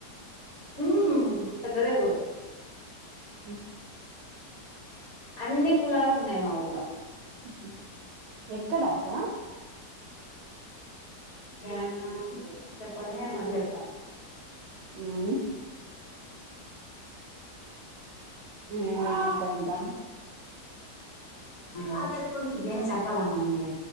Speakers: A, on the left; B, on the right.
A: ఊమ్ పెద్దదే ఊరు
B: ఉమ్ హ్
A: అన్ని కులాలు ఉన్నయి మా ఊర్లో
B: ఆహ ఎక్కడక్క
A: బ్యా చెప్పాలె మల్లి చెప్తలే
B: ఉమ్ ఉమ్ అవునక్కా అయిందా
A: ఆ ఇంకేంటి చెప్పాలమ్మా నువ్వే